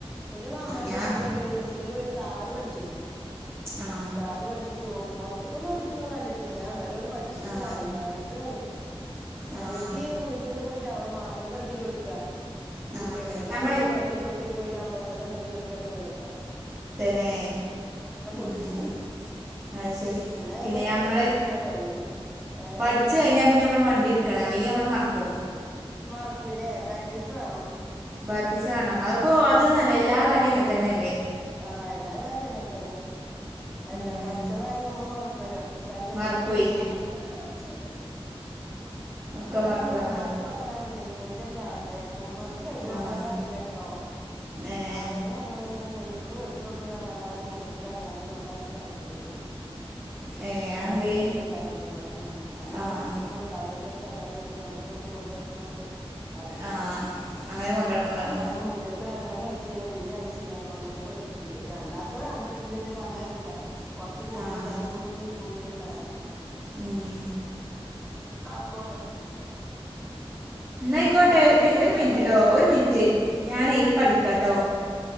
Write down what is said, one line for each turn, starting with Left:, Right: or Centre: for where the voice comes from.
Centre: എന്റെ മാമാന്റെ
Right: ഞാൻ
Centre: കുട്ടി അങ്ങനെ ഡ്രൈവിങ് സ്കൂളിൽ പോയിട്ട് കാറ് പഠിച്ചുക്കുണു
Right: ആ
Centre: കാറ് പഠിച്ചിട്ടോ പുറത്തക്കൊന്നും ഓടിക്കണ കണ്ടിട്ടില്ല നല്ലോലം പഠിച്ചിട്ടുണ്ട്
Right: ആ
Centre: അറി അറിയിത്രെ
Right: ആ
Centre: അനിയത്തി വീട്ടിന്ന് പോ റ്റെ അവടെ മാപ്പിള പഠിപ്പിച്ചു കൊടുത്തക്കാ സ്കൂട്ടിയക്കെ
Right: ആ
Centre: അങ്ങട്ട്
Right: നമ്മളെ
Centre: അതേ വണ്ടി ചവിട്ട് പോയിട്ട അമ്മോസ്സന്റെ മുന്നിൽ പോയിട്ടാണ് വീണക്കണം
Right: തന്നെ ഉം
Centre: വീട്ടില്
Right: അത് ശരി
Centre: അങ്ങനെ
Right: പിന്നെ
Centre: എടുത്ത്
Right: ഞമ്മള്
Centre: ചവിട്ടിട്ടില്ല തോന്നുന്നു ഏഹ്
Right: പഠിച്ചു കഴിഞ്ഞാൽ പിന്നെ നമ്മള് വണ്ടി എടു ക്കണം അല്ലെങ്കി നമ്മൾ മറക്കും
Centre: മറക്കൂല്ലേ പ്രാക്ടീസ് വേണോ
Right: പാത്ത് സ് വേണം അത് ഇപ്പൊ അത് നല്ല എല്ലാ കാര്യങ്ങൾ തന്നല്ലേ
Centre: ആ എല്ലാ കാര്യവും അങ്ങനെ തന്നെ അല്ല
Right: ഉം
Centre: പഠിച്ച കാര്യം നമ്മള് മറക്കുവല്ലോ ഒരാഴ്ച
Right: മറക്കുവേ
Centre: നോക്കിട്ടില്ലെങ്കില് പഠിച്ച് കഴിഞ്ഞു
Right: ഒക്കെ
Centre: ഇവിടെ
Right: മറക്കുവേ
Centre: എന്റെ രണ്ടാമത്തെ
Right: നമ്മള്
Centre: മകനാണ് സൈ കന്റെ ഭ്രാന്തൻ മൂത്തവനക്ക് സൈക്കിൾ
Right: ആഹ്
Centre: ഓട്ടൻ നും അറിയില്ലട്ടോ
Right: ഏഹ്
Centre: അവന് ഞങ്ങൾ സൈക്കിള് മേടിച്ചു കൊടുത്തത് അല്ലാണ്ട് അവനെ മുറ്റത്തക്ക് എറങ്ങാനും ചവുട്ടാനും ഒുന്നും അയച്ചില്ല ചെുപ്പത്തില്
Right: ഏഹ്
Centre: അവനൊറ്റക്കെ
Right: അതെന്തേ
Centre: ഉണ്ടായിരുന്നുള്ളൂ ഇവിടെ ഉം അന്ന് അവന്
Right: ആഹ്
Centre: ഒറ്റക്കെ ഉള്ളൂ തലേൽ ച്ച പേനരിക്കും നിലത്ത് വെച്ച ഉറുമ്പരിക്കും ന്ന് പറഞ്ഞിട്ട് വളർത്തിയതാ
Right: ആഹ് അങ്ങനെ കൊണ്ടടന്നതാണ്
Centre: അപ്പൊ അവന് മുറ്റത്ത് ഇപ്പ എറങ്ങാനും അയച്ചില്ല ഒന്നിനും അയ ച്ചില്ല അപ്പൊ അവനത് പഠിക്കൂല ഇപ്പൊ രണ്ടാമത്തോൻ അവന്റെ ഇഷ്ടത്തിന് പിന്നെ പറഞ്ഞ കേക്കൂല്ല കൊറച്ചു പോക്കിർത്താനും
Right: ആഹ്
Centre: കുസൃതിയും കൂടുതലുള്ളതാ
Right: ഉം
Centre: അപ്പൊ
Right: ഇന്നായിക്കോട്ടെ
Centre: അപ്പൊ അവന്
Right: ഒരു മ് ഒരു മിനിറ്റ്ട്ടോ
Centre: പഠിച്ചു
Right: ഒരു മിനിറ്റ് ഞാനെ പ്പടിക്കാട്ടോ